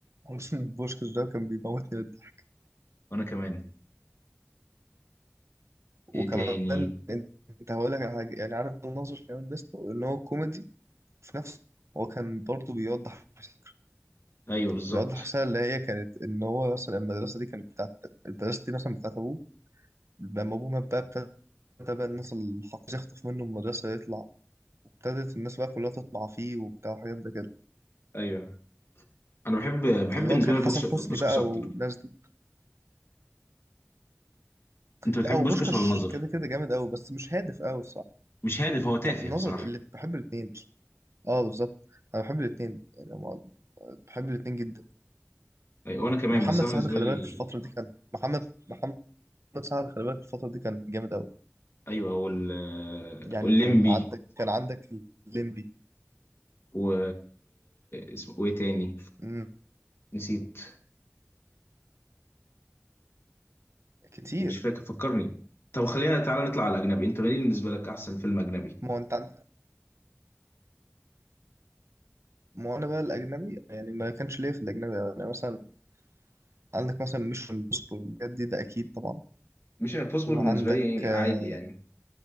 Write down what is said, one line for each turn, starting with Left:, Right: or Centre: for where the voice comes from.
Right: حسين بوشكش ده كان بيموتني بالضحك
Left: وانا كمان
Right: وكمان
Left: ايه تاني
Right: انت هقول لك على حاجه يعني عارف الناظر كمان ميزته ان هو كوميدي في نفسه هو كان برضه بيوضح فكره
Left: ايوه بالظبط
Right: بيوضح رساله اللي هي كانت ان هو مثلا المدرسه دي كانت بتاعت المدرسه دي مثلا بتاعت ابوه لما ابوه مات بقى ابتدى بقى الناس الحق يخطف منه المدرسه يطلع وابتدت الناس بقى كلها تطمع فيه وبتاع وحاجات ده كده
Left: ايوه انا بحب بحب
Right: اللي
Left: بالنسبه
Right: هو كان
Left: لي
Right: حسن
Left: بوكش-
Right: حسني
Left: بوشكاش
Right: بقى
Left: اكتر
Right: والناس دي
Left: انت بتحب
Right: لا هو
Left: بوشكاش
Right: بوشكاش
Left: ولا الناظر
Right: كده كده جامد قوي بس مش هادف قوي
Left: مش هادف هو تافه
Right: لا النظر
Left: بصراحه
Right: اللي بحب الاثنين اه بالظبط انا بحب الاثنين يعني أنا بحب الاثنين جدا
Left: أيوة وانا كمان
Right: ومحمد
Left: بس انا
Right: سعد
Left: بالنسبه
Right: خلي
Left: لي
Right: بالك في الفتره دي كان محمد محمد سعد خلي بالك في الفتره دي كان جامد قوي
Left: ايوه وال
Right: يعني
Left: والليمبي
Right: كان عندك كان عندك الليمبي
Left: و اسمه وايه تاني
Right: مم،
Left: نسيت
Right: كتير
Left: مش فاكر فكرني طب خلينا تعالى نطلع على الاجنبي انت مين بالنسبه لك احسن فيلم اجنبي
Right: ما هو انت عن- ما هو انا بقى الاجنبي يعني ما كانش ليا في الاجنبي يعني مثلا عندك مثلا ميشن امبوسيبل الحاجات دي ده اكيد طبعا
Left: مش امبوسيبل
Right: وعندك
Left: بالنسبه لي
Right: آه،
Left: عادي يعني